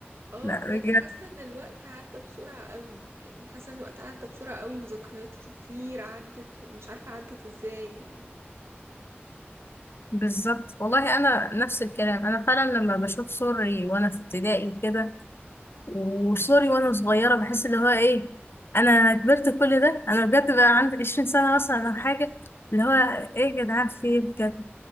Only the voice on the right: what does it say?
اه
بجد
حاسة إن الوقت عدى بسرعة قوي يعني حاسة إن الوقت عدى بسرعة قوي وذكريات كتير عدت ومش عارفة عدت إزاي يعني